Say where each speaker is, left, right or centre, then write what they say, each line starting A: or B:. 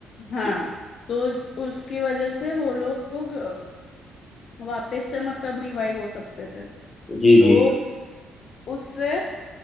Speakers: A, on the left; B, on the left.
A: हाँ
B: जी
A: तो उसकी वजह से वो लोग वापस से मतलब रिवाइव हो सकते थे
B: जी
A: तो
B: जी
A: उससे